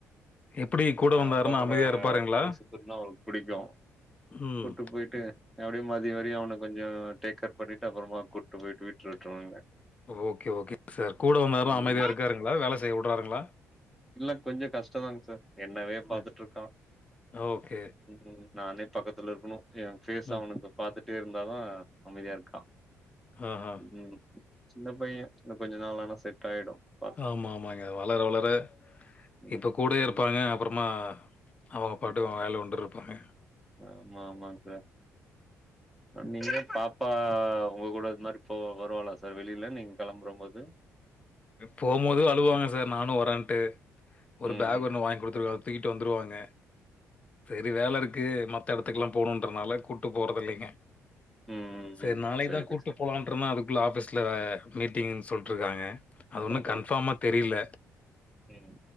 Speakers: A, on the left; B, in the centre.
A: எப்படி கூட
B: ஆ
A: வந்தாருன்னா
B: அப்பா கூட
A: அமைதியா இருப்பாருங்களா?
B: ஊர் சு த்திற்த்னா அவுருக் பிடிக்கு
A: ம்.
B: கூட்டு போய்ட்டு அப்டியே மதிய வரையு அவன கொஞ்சோ டேக்கேர் பண்ணிட்டு அப்புறமா கூட்டு போய்ட்டு வீட்ல விட்ருவாங்க
A: ஓகே ஓகே சார் கூட வந்தாலு அமைதியா
B: ம்
A: இருக்காருங்களா வேல செய்ய உட்றாருங்ளா
B: இல்ல கொஞ்ச கஷ்ட தாங் சார் என்னவே பாத்துட்ருக்கா
A: ம். ஓகே.
B: ம் நானே பக்கத்துல இருக்கணு எ பேஸ்
A: ம்.
B: அவனுக்கு பாத்துட்டே இருந்தாதா அமைதியா இருக்கா
A: ஆஹா.
B: ம் சின்ன பைய இன்ன கொஞ்ச நாள் ஆனா செட் ஆயிடு பாக்லா
A: ஆமா ஆமாங்க வளர வளர
B: ம்
A: இப்ப கூடே இருப்பாங்க
B: ம்
A: அப்பறமா அவங்க பாட்டுகு
B: ம்
A: அவ வேல உண்டு இருப்பாங்க
B: ஆமா ஆமாங் சார் நீங்க பாப்பா உங்க கூட இத் மாரி போவா வருவாலா சார் வெளியில நீங்க கெளம்புறம் போது
A: போம்மோது அழுவாங்க சார் நானு வரன்ட்டு ஒரு
B: ம்
A: பேக் ஒன்னு வாய்ங் குடுத்துருக்க தூக்கிட்டு வந்துருவாங்க செரி வேல இருக் கு மத்த எடத்துக்குல்லா போணுன்றனால கூட்டு போறது இல்லைங்க
B: ம்
A: செரி
B: ம்
A: நாளைகு
B: சேரி
A: தா கூட்டு
B: சார்
A: போலான் சடனா அதுக்குள்ள ஆபீஸ்ல மீட்டிங்ன் சொல்ட்ருக்காங்க அது ஒன்னு
B: ஓ
A: கன்ஃபாமா தெரியில
B: ம்